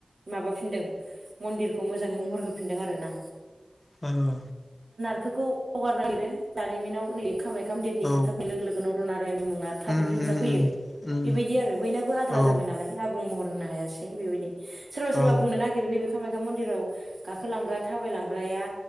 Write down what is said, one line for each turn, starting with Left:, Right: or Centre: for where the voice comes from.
Right: माबाफिनदों मन्दिरखौ मोजाङै महर होफिनदों आरो ना
Left: औ
Right: खौ हगारनो नागिरो दानिमिनाव नै खामाय खाम देरनि
Left: औ
Right: खोथा फै लोगो लोगोन न बायनि मुङा थाब
Left: उम उम
Right: नुजाफैयो
Left: उम
Right: बेबायदि आरो बयनाबो आद्रा
Left: उम औ
Right: जाबाय नालाय आबुं महर होनो हायासै बेबायदि सोरबा सोरबा
Left: औ
Right: बुंनो नागिरो नैबे खामानि खा मन्दिराव गाखोलांग्रा थाबाय लांग्राया